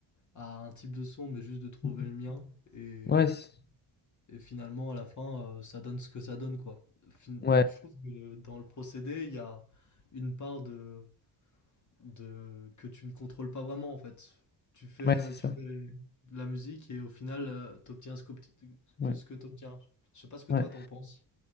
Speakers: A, on the left; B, on the left.
A: à un type de son, mais juste de trouver
B: Mhm.
A: le mien. Et,
B: Ouais. c'est-
A: et finalement, à la fin, euh, ça donne ce que ça donne, quoi. Fin-
B: Ouais.
A: je trouve que le- dans le procédé, il y a une part de, de que tu ne contrôles pas vraiment, en fait. Tu fais,
B: Ouais, c'est
A: tu
B: ça.
A: fais de la musique et au final, tu obtiens ce qu'obti-
B: Ouais.
A: que, ce que tu obtiens. Je sais pas ce que
B: Ouais.
A: toi t'en penses.